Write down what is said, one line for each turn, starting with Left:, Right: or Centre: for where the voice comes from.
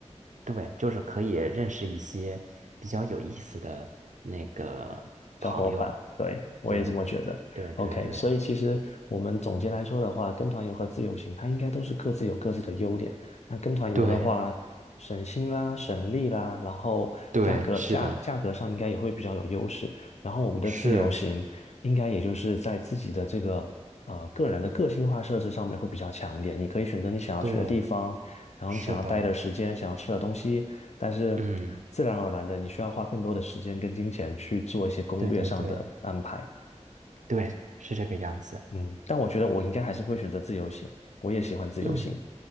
Right: 对，就是可以认识一些比较有意思的那个朋友。
Left: 小伙伴，对，我也这么觉得。
Right: 对对对对
Left: OK，所以其实我们总结来说的话，跟团游和自由行，它应该都是各自有各自的优点。那跟团游的话，
Right: 对
Left: 省心啦，省力啦，然后价格价价格上应该也会比较有优势。
Right: 对，是的，
Left: 然后我们的自由行，
Right: 是，
Left: 应该也就是在自己的这个呃个人的个性化设置上面会比较强一点。你可以选择你想要去的地方，
Right: 对，
Left: 然后你想要待的时间，
Right: 是的，
Left: 想要吃的东西，但是自然而然的，
Right: 嗯，
Left: 你需要花更多的时间跟金钱去做一些攻略上的安排。
Right: 对对对对，是这个样子。
Left: 嗯，但我觉得我应该还是会选择自由行，
Right: 嗯
Left: 我也喜欢自由行，
Right: 嗯